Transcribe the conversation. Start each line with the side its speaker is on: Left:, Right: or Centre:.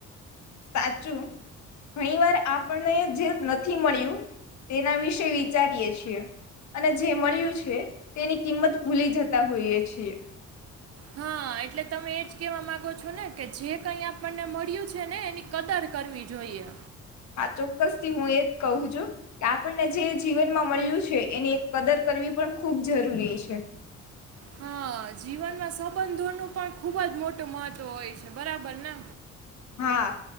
Left: સાચું ઘણી વાર આપને જે નથી મળ્યું તેના વિશે વિચારીએ છીએ અને જે મળ્યું છે તેની કિંમત ભૂલી જતા હોઈએ છીએ.
Right: હા એટલે તમે એજ કેવા માંગો છો ને કે જે કઈ આપણને મળ્યું છે ને એની કદર કરવી જોઈએ.
Left: હા ચોક્કસ થી હું એજ કહું છું કે આપ પણને જે જીવનમાં મળ્યું છે એની કદર કરવી પણ ખૂબ જરૂરી છે.
Right: હા જીવનમાં સંબંધોનું પણ ખુબ જ મોટું મહત્વ હોય છે બરાબર ને?
Left: હા